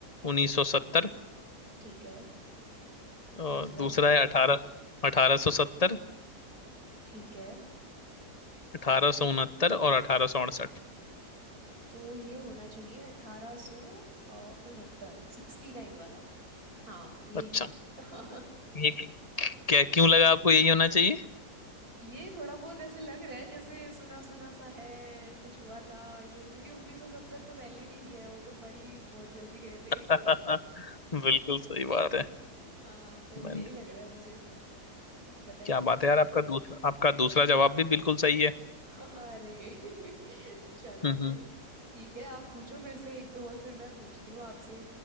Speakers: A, on the left; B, on the right.
A: 1970
B: ठीक है
A: और
B: दूसरा
A: दूसरा है 18 1870
B: ठीक है
A: 1869 और 1868
B: तो ये होना चाहिए अठारह सौ उनहत्तर सिक्सटी नाइन वाला हाँ यही
A: अच्छा
B: <laughs>
A: ये क- क्या क्यों लगा आपको यही होना चाहिए
B: ये थोड़ा बहुत ऐसे लग रहा है जैसे सुना सुना सा है कुछ हुआ था ये क्योंकि 1970 तो वैलिड ही नहीं है वो तो मरी बहुत जल्दी गए थे
A: <laughs> बिल्कुल सही बात
B: <laughs>
A: है
B: हाँ तो
A: मैंने
B: यही लग रहा है मुझे तो बताइए
A: क्या
B: मुझे
A: बात है यार आपका दूसरा आपका दूसरा जवाब भी बिल्कुल सही है
B: <laughs> अरे <laughs> चलो
A: हम्म
B: फिर ठीक है आप पूछो मेरे से एक दो और फिर मैं पूछती हूँ आपसे